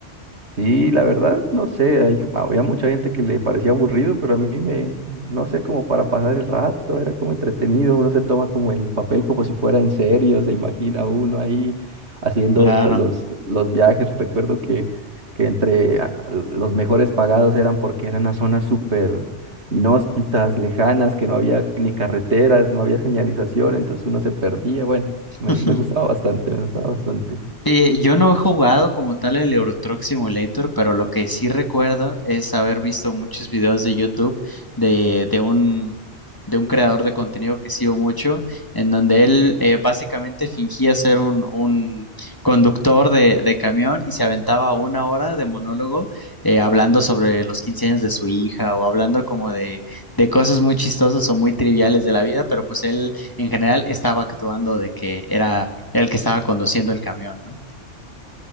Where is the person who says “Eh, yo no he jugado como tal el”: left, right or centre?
Left